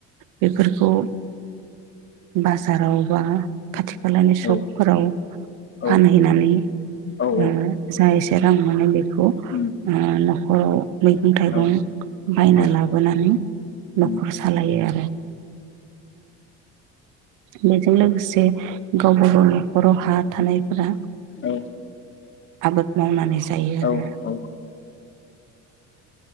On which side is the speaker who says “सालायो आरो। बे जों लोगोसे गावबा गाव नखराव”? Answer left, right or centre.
Right